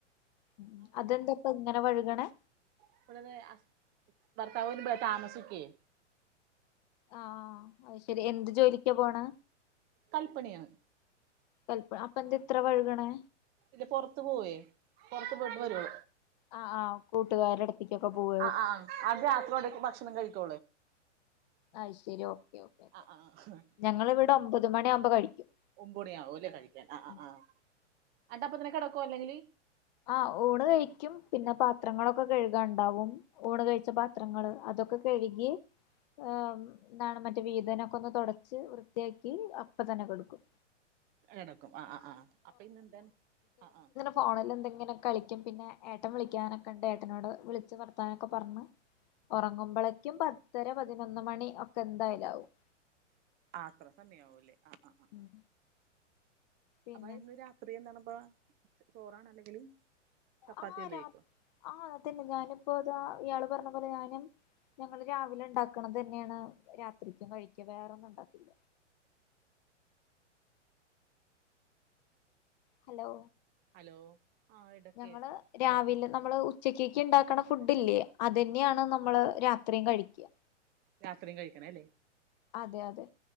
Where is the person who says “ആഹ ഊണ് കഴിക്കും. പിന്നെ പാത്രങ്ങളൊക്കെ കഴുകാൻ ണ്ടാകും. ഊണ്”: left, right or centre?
Left